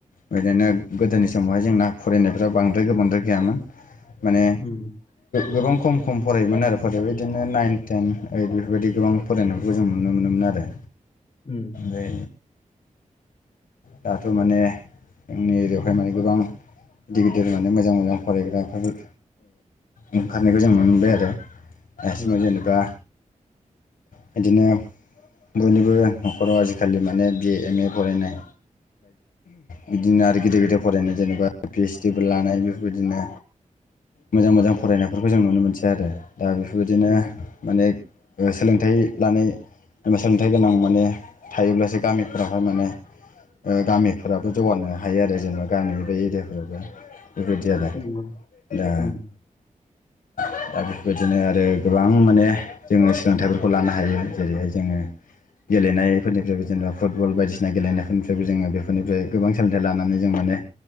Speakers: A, on the left; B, on the left.
A: बिदिनो गोदोनि समावहाय जोंना फरायनायफ्राव बांद्राय गोबांद्राय गैयामोन माने
B: उम
A: गोबां खम खम फरायोमोन आरो फरायबाय बिदिनो नाइन टेन ओइद बेफोरबायदि गोबां फरायनायखौ जों नुनो मोनोमोन आरो
B: उम
A: दे दाथ' माने जोंनि एरियायावहाय माने गोबां गिदिर गिदिर माने मोजां मोजां फरायग्राफोर ओंखारनायखौ जों नुनो मोनबाय आरो नासिङाव
B: उम
A: जेनेबा बिदिनो बयनिबो न'खराव आजिखालि माने बिए एम ए फरायनाय बिदिनो आरो गेदेर गेदेर फरायनाय जेनेबा पिओइसडि फोर लानाय बेफोरबायदिनो मोजां मोजां फरायनायफोरखौ जों नुनो मोनसै आरो दा बेफोरबायदिनो
B: उम
A: माने सोलोंथाइ लानाय एबा सोलोंथाइ गोनां माने थायोब्लासो गामिफोरावहाय माने गामिफोराबो जौगानो हायो आरो जेनेबा गामि बे एरियाफोरावबो बेबायदि आरो
B: नंगौ
A: दा
B: उम
A: दा बेफोरबायदिनो आरो गोबां माने जोङो सोलोंथाइफोरखौ लानो हायो जेरैहाय जोङो गेलेनायफोरनिफ्रायबो जेनेबा फुटबल बायदिसिना गेलेनायफोरनिफ्रायबो जोङो बेफोरनिफ्राय गोबां सोलोंथाइ लानानै जों माने